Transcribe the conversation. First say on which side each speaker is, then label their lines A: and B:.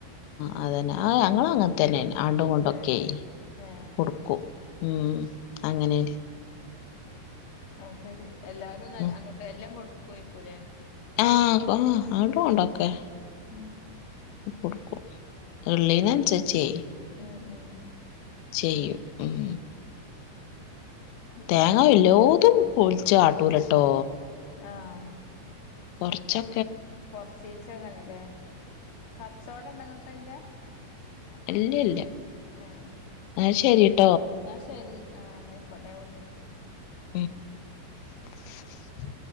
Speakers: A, on the left; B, on the left.
A: അതു തന്നെ ആ ഞങ്ങളൾ അങ്ങനെ തന്നെയന്നാണ് ആണ്ടുകൊണ്ടൊക്കെ
B: ഏഹ് ഏഹ്
A: കൊടുക്കും ഉം അങ്ങനെ
B: ആ ശരി എല്ലാരു നല്ല
A: ഉം
B: അങ്ങട്ടും എല്ലം കൊട് ക്കൊയ്ക്കുലേ
A: ആഹ് ഹാ ആ ണ്ടൊ ണ്ടൊക്കെ
B: ഉം
A: കൊട്ക്കും ഇള്ളീനൻസര്ച്ചേ
B: ഉം ഉം
A: ചെയ്യും ഉം
B: പിന്നെ
A: തേങ്ങ എല്ലോതും പോൾച്ച് ആട്ടൂലട്ടോ
B: ആഹ്
A: കൊർചൊ
B: കൊർച്ചീച്ച ങ്ങനെല് ല്ലേ കച്ചവട ണ്ടൊ ങ്ങക്കയ്ന്റെ.
A: അല്ല ല്ല്യ.
B: ആഹ്.
A: ന്ന ശരിട്
B: ന്ന ശരി ആഹ് ന്നായ്ക്കോട്ടെ ഞാ വിൾക്ക.
A: <inaudible>